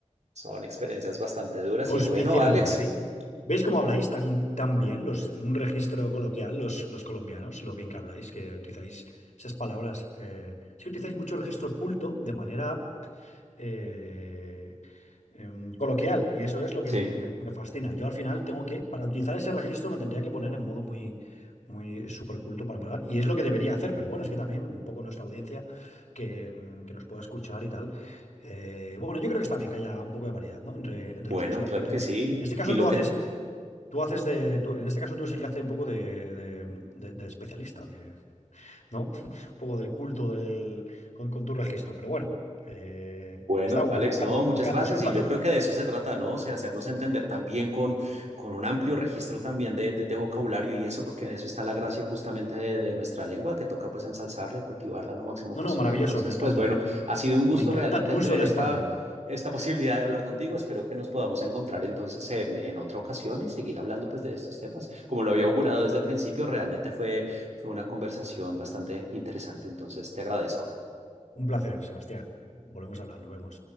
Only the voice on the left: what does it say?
Auspiciando,
¿veis? ¿Veis cómo
habláis tan, tan bien los, en un registro coloquial los, los colombianos? Lo bien que habláis, que utilizáis esas palabras. eh, es utilizáis mucho registro culto de manera eh, em, coloquial y eso es lo que
me, me- me fascina. Yo al final tengo que, para utilizar ese registro me tendría que poner en modo muy, muy súper culto para hablar y es lo que debería hacer, pero bueno, es que también un poco nuestra audiencia que, mm, que nos pueda escuchar y tal. eh, bueno, yo creo que está bien que haya un poco de variedad, ¿no? Entre, entre
los dos, que
aportemos
ahí. En este caso
tú
haces, tú haces de, tú- en este caso tú eres el que hace un poco de, de- de- de especialista, de, ¿no? <laughs> Un poco de culto del- con, con tu registro, pero bueno. eh,
Está guay,
me encanta,
me encanta,
es un placer.
No, no, maravilloso,
me
encanta.
Me encanta
tu
uso del español.
Un placer, Sebastián. Volvemos a hablar, nos vemos.